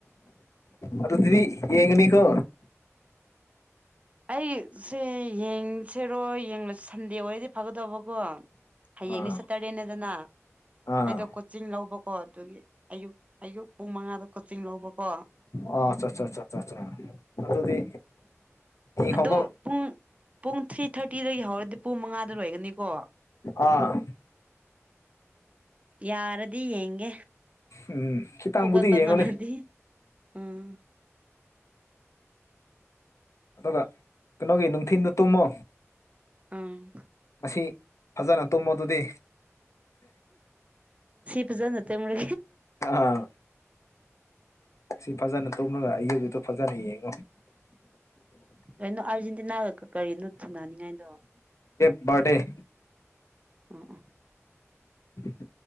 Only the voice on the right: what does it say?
ꯑꯩꯁꯦ ꯌꯦꯡ ꯆꯠꯁꯦꯔꯣ ꯌꯦꯡꯂꯁꯨ ꯁꯟꯗꯦ ꯑꯣꯏꯔꯗꯤ ꯐꯒꯗꯧꯕꯀꯣ ꯍꯌꯦꯡꯗꯤ
ꯁꯇꯔꯗꯦꯅꯦꯗꯅ
ꯑꯩꯗꯣ ꯀꯣꯆꯤꯡ ꯂꯧꯕꯀꯣ ꯑꯗꯨꯒꯤ ꯑꯌꯨꯛ ꯑꯌꯨꯛ ꯄꯨꯡ ꯃꯉꯥꯗ ꯀꯣꯆꯤꯡ ꯂꯧꯕꯀꯣ
ꯑꯗꯣ ꯄꯨꯡ ꯄꯨꯡ ꯊ꯭ꯔꯤ ꯊꯥꯔꯇꯤꯗ ꯍꯧꯔꯗꯤ ꯄꯨꯡ ꯃꯉꯥꯗ ꯂꯣꯏꯒꯅꯤꯀꯣ ꯑꯣ
ꯌꯥꯔꯗꯤ ꯌꯦꯡꯒꯦ
ꯍꯧꯒꯠꯄ
ꯉꯝꯃꯗꯤ ꯎꯝ
ꯎꯝ
ꯄ ꯄꯨꯖꯥ ꯅꯠꯇꯦ ꯃ
ꯀꯩꯅꯣ ꯑꯥꯔꯖꯦꯟꯇꯤꯅꯥꯒ ꯀꯔꯤꯅꯣ ꯊꯝꯅꯅꯤꯡꯉꯥꯏꯗꯣ
ꯑꯥ ꯑ